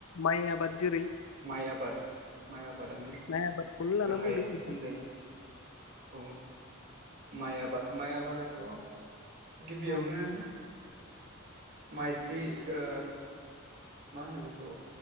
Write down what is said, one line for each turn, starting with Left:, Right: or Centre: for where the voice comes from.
Left: माइ आबाद जेरै
Right: माइ ओ आबाद माइ आबादानो
Left: माइ आबादखौनो लाना
Right: गाहाय
Left: बुंदो
Right: होनजायो
Left: नोंथां
Right: औ। माइ आबाद माइ आबादाथ' गिबियावनो
Left: औ
Right: माइलि ओ मा होनो बेखौ